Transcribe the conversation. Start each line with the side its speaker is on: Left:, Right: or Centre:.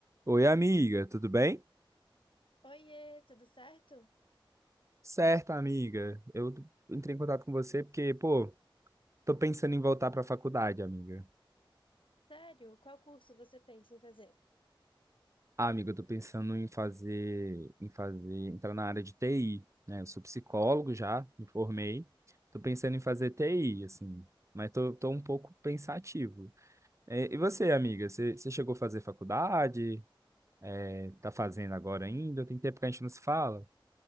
Right: Oi, amiga, tudo bem?
Left: Oiê, tudo certo?
Right: Certo, amiga. Eu entrei em contato com você porque, pô, tô pensando em voltar pra faculdade, amiga.
Left: Sério, qual curso você pensa em fazer?
Right: Ah, amiga, eu tô pensando em fazer, em fazer, entrar na área de TI, né? Eu sou psicólogo já, me formei. Tô pensando em fazer TI, assim, mas tô, tô um pouco pensativo. É, E você, amiga, você você chegou a fazer faculdade? É, Tá fazendo agora ainda? Tem tempo que a gente não se fala?